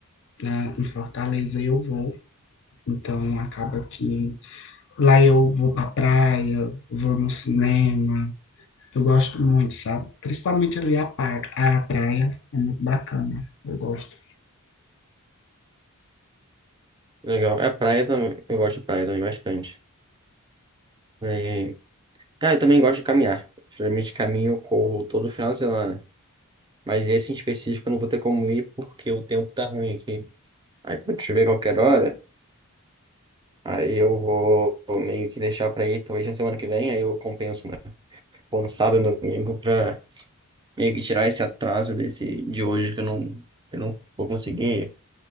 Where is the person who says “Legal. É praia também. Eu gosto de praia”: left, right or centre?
Right